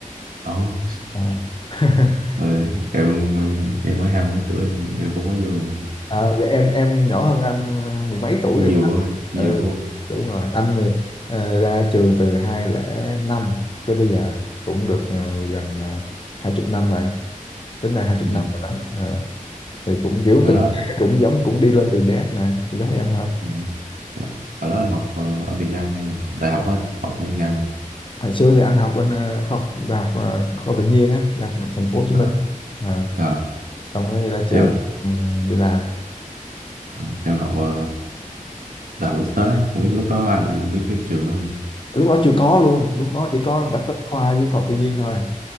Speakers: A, on the right (about 90°); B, on the left (about 35°).
A: đó
B: Ờ. <laughs>
A: rồi em em, em mới hai mấy tuổi em, em cũng mới vô nghề.
B: À, dạ em em nhỏ hơn anh ờ, mười mấy tuổi
A: nhiều
B: rồi.
A: quá, nhiều
B: Ừ,
A: đúng không
B: đúng rồi. Anh thì ờ, ra trường từ hai không năm tới bây giờ cũng được ờ, gần ờ, hai chục năm rồi. Tính ra hai chục
A: ừ.
B: năm rồi đó. Ờ, thì cũng kiểu
A: hồi
B: từng
A: đó
B: cũng giống cũng đi lên từ đét nè, cũng giống em thôi.
A: dạ. Dạ. hồi đó anh học ờ, ở Việt Nam hay là đại học á anh học ở Việt Nam luôn
B: Hồi xưa thì anh học bên ờ, khoa học đại học ờ, khoa học tự nhiên á, đại học thành phố Hồ Chí
A: Ờ.
B: Minh. Ờ,
A: Ờ.
B: xong rồi ra trường
A: em
B: ừm, đi làm.
A: Ờ, em học ờ, đại học quốc tế không biết lúc đó anh anh biết cái trường đó không
B: Lúc đó chưa có luôn, lúc đó chỉ có đặt bách khoa với khoa học tự nhiên thôi.